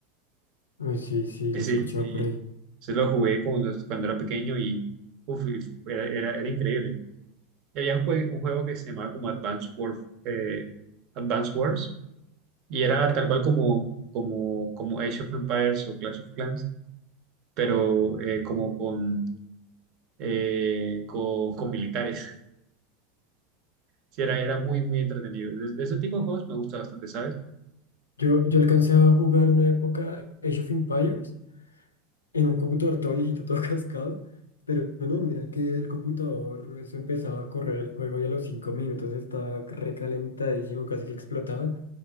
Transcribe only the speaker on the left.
Uy, sí, sí,
lo he escuchado
por ahí.
Yo, yo alcancé a jugar una época Age of Empires en un computador todo viejito, todo <laughs> cascado. Pero no, mira que el computador, eso empezaba a correr el juego y a los cinco minutos estaba recalentadísimo, casi que explotaba.